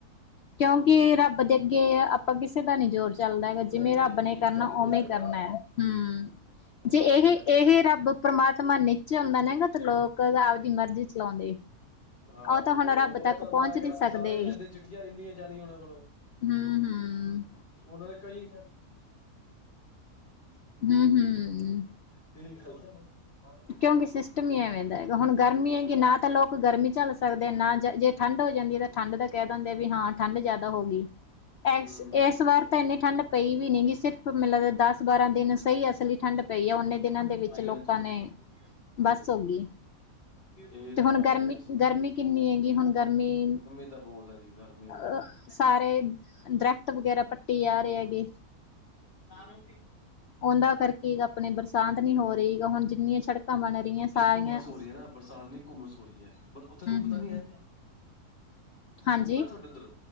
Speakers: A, on the left; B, on the left.
A: ਕਿਉਂਕਿ, ਰੱਬ ਦੇ ਅੱਗੇ ਆਪਾਂ ਕਿਸੇ ਦਾ ਨਈ ਜੋ਼ਰ ਚੱਲਦਾ ਗਾ,
B: ਨਹੀਂ-ਨਹੀਂ
A: ਜਿਵੇਂ ਰੱਬ
B: ਜੀ
A: ਨੇ ਕਰਨਾ
B: ਚੱਲ ਹੀ ਨਹੀਂ
A: ਉਵੇਂ,
B: ਸਕਦਾ।
A: ਕਰਨਾ ਹੈ ਹੂੰ।
B: ਉਹਨਾਂ
A: ਜੇ, ਇਹੇ-ਇਹੇ
B: ਨੇ ਕੀ ਕਰਨਾ,
A: ਰੱਬ ਪਰਮਾਤਮਾ ਨੀਚੇ ਹੁੰਦਾ ਨਾ, ਤੇ ਲੋਕ ਆਪਦੀ ਮਰਜ਼ੀ ਚਲਾਉਂਦੇ
B: ਭਾ
A: ਉਹ ਤਾਂ
B: ਜੀ
A: ਹੁਣ ਰੱਬ
B: ਉਹ
A: ਤੱਕ
B: ਤਾਂ
A: ਪਹੁੰਚ
B: ਮੈਂ ਕਿਹਾ
A: ਨਹੀਂ ਸਕਦੇ
B: ਪਰੇਸਾਨ ਹੀ ਹੋ ਜਾਂਦੀਆ ਚਿੱਠੀਆਂ ਇੰਨੀਆਂ ਜਾਣੀਆ ਉਨਾਂ ਕੋਲੋਂ
A: ਹਮ ਹਮ
B: ਹੋਰ
A: ਹਮ -ਹਮ
B: ਸਹੀ ਗੱਲ <unintelligible> ਬਾਹਰ ਆਇਓ
A: ਕਿਉਂਕਿ,
B: <inaudible>
A: ਸਿਸਟਮ ਈ ਏਵੇ ਦਾ ਐ ਤੇ ਹੁਣ ਗਰਮੀ ਆ, ਨਾ ਤਾਂ ਲੋਕ ਗਰਮੀ ਝੱਲ ਸਕਦੇ ਨੇ, ਜੇ-ਜੇ ਠੰਡ ਹੋ ਜਾਂਦੀ ਐ ਤਾਂ, ਠੰਡ ਤਾਂ ਕਹਿ ਦਿੰਦੇ ਆ ਵੀ ਹਾਂ ਠੰਡ ਜਿਆਦਾ ਹੋ ਗਈ, ਐਸ
B: ਹੂੰ।
A: -ਐਸ ਇਸ ਵਾਰ ਤਾਂ ਇੰਨੀ ਠੰਡ ਪਈ ਵੀ ਨਈ ਗੀ, ਸਿਰਫ ਮੈਨੂੰ ਲੱਗਦਾ ਦਸ ਬਾਰਾਂ ਦਿਨ ਸਹੀ ਅਸਲੀ ਠੰਢ ਪਈ‌ ਆ, ਉਹਨੇ ਦਿਨਾਂ ਦੇ ਵਿੱਚ ਲੋਕਾਂ
B: ਹਾਂਜੀ ਹਾਂਜੀ
A: ਨੇ
B: ਹਾਂਜੀ
A: ਬੱਸ
B: ਹਾਂਜੀ ਹਾਂਜੀ
A: ਹੋਗੀ।
B: ਇਹ
A: ਤੇ
B: ਤਾਂ
A: ਹੁਣ
B: ਗੱਲ
A: ਗਰਮੀ-
B: ਹੈ
A: ਗਰਮੀ ਕਿੰਨੀ ਹੈਗੀ, ਹੁਣ ਗਰਮੀ
B: ਤਾਂ ਬਹੁਤ ਹੈ ਜੀ ਗਰਮੀ ਬਹੁਤ
A: ਅਹ
B: ਹੈ ਜੀ
A: ਸਾਰੇ ਦਰਖਤ
B: ਹੂੰ
A: ਵਗੈਰਾ, ਪੱਟੀ ਜਾ ਰਹੇ ਹੈਗੇ।
B: ਹੂੰ
A: ਉਨਾ ਕਰਕੇ, ਆਪਣੇ ਬਰਸਾਤ ਨਈ ਹੋ ਰਹੀ ਹੈਗੀ ਹੁਣ ਜਿੰਨੀਆਂ ਸੜਕਾਂ ਬਣ ਰਹੀਆਂ ਸਾਰੀਆਂ
B: ਇਹ ਘੁੰਮਸ
A: ਹੂੰ
B: ਹੋ ਰਹੀ ਐ, ਨਾ ਬਰਸਾਤ ਨੀ ਘੁੰਮਸ ਹੋ ਰਹੀ ਐ, ਉੱਥੇ ਧੁੱਪ
A: ਹੂੰ
B: ਤਾ ਨਈ ਐ
A: ਹਾਂਜੀ
B: ਧੁੱਪ ਐ ਤੁਹਾਡੇ ਉੱਧਰ?